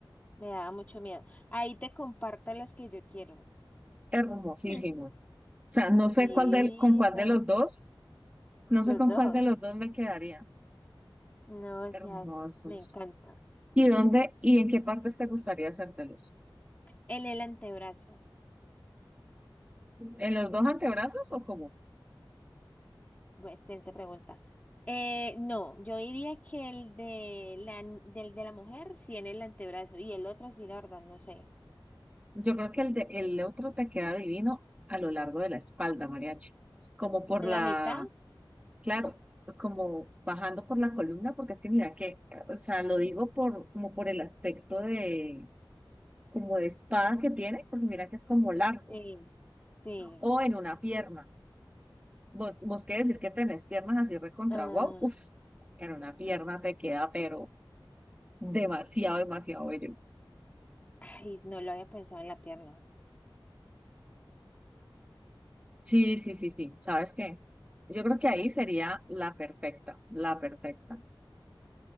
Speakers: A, on the left; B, on the right.
A: me daba mucho miedo. Ahí te comparto las que yo quiero.
B: Hermosísimos.
A: <laughs>
B: O sea, no
A: Divino.
B: sé cuál del- con cuál de los dos, no
A: Los
B: sé con
A: dos.
B: cuál de los dos me quedaría.
A: No, o
B: Hermosos.
A: sea, es- me encanta.
B: ¿Y dónde y en qué partes te gustaría hacértelos?
A: en El antebrazo.
B: ¿En los dos antebrazos o cómo?
A: Bueno, excelente pregunta. Eh, no, yo diría que el de la, del de la mujer sí en el antebrazo y el otro sí, la verdad, no sé.
B: Yo creo que el de, el otro te queda divino a lo largo de la espalda, mariachi. Como por
A: ¿En
B: la,
A: la mitad?
B: Claro, como bajando por la columna, porque es que mira que, eh, o sea, lo digo por, como por el aspecto de, como de espada que tiene, porque mira que es como largo,
A: Sí, sí.
B: o en una pierna. Vos, vos qué decís que tenés piernas así recontra
A: Ah,
B: guau, uff, en una pierna te queda, pero demasiado, demasiado bello.
A: ay, no lo había pensado en la pierna.
B: Sí, sí, sí, sí, ¿sabes qué? Yo creo que ahí sería la perfecta, la perfecta.